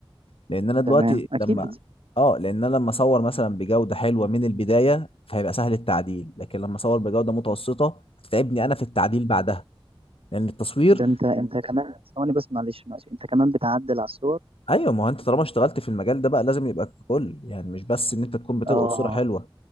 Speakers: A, on the left; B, on the right.
A: لان انا دلوقتي
B: تمام اكيد
A: لما اه لان انا لما اصور مثلا بجوده حلوه من البدايه فهيبقى سهل التعديل لكن لما اصور بجوده متوسطه هتتعبني انا في التعديل بعدها لان التصوير
B: ده انت انت كمان ثواني بس معلش معلش انت كمان بتعدل على الصور
A: ايوه ما هو انت طالما اشتغلت في المجال ده بقى لازم يبقى ككل يعني مش بس ان انت تكون بتلقط
B: اه
A: صوره حلوه